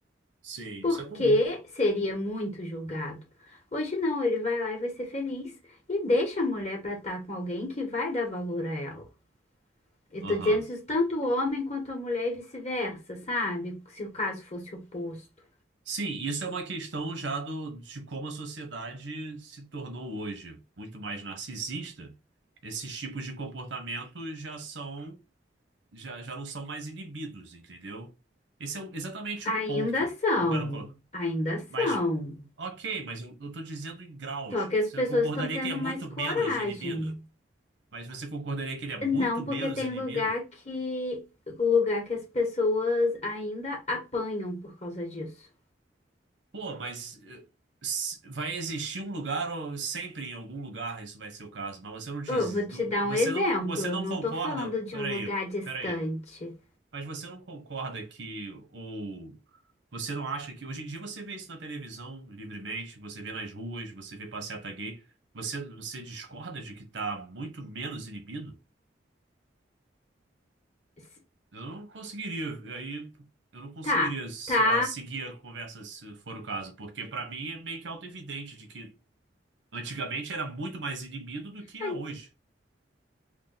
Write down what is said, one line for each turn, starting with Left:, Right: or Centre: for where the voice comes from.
Right: Sim,
Left: porque
Right: isso é comum.
Left: seria muito julgado. Hoje não, ele vai lá e vai ser feliz e deixa a mulher para estar com alguém que vai dar valor a ela. Eu
Right: Aham.
Left: tô dizendo isso tanto o homem quanto a mulher e vice-versa, sabe? Se o caso fosse oposto.
Right: Sim, isso é uma questão já do, de como a sociedade se tornou hoje muito mais narcisista. Esses tipos de comportamento já são já, já não são mais inibidos, entendeu? Esse é o- exatamente
Left: Ainda
Right: o ponto
Left: são,
Right: que eu quero colocar.
Left: ainda são.
Right: Mas, ok, mas eu, eu tô dizendo em graus.
Left: Só que as
Right: Você
Left: pessoas
Right: não concordaria
Left: estão tendo
Right: que ele é
Left: mais
Right: muito
Left: coragem.
Right: menos inibido? Mas você concordaria que ele é
Left: Não,
Right: muito menos
Left: porque tem
Right: inibido?
Left: lugar que lugar que as pessoas ainda apanham por causa disso.
Right: Pô, mas eh, s- vai existir um lugar, ou sempre em algum lugar isso vai ser o caso, mas você não diz,
Left: Eu vou te
Right: não-
Left: dar
Right: você
Left: um exemplo.
Right: não, você não
Left: Não
Right: concorda.
Left: tô falando de
Right: Peraí,
Left: um lugar distante.
Right: peraí. Mas você não concorda que, ou você não acha que, hoje em dia você vê isso na televisão livremente, você vê nas ruas, você vê passeata gay, você, você discorda de que tá muito menos inibido?
Left: S-
Right: Eu não conseguiria, aí eu não conseguiria,
Left: Tá,
Right: sei
Left: tá.
Right: lá, seguir a conversa se for o caso, porque pra mim é meio que auto-evidente de que antigamente era muito mais inibido do que
Left: Ai,
Right: é hoje,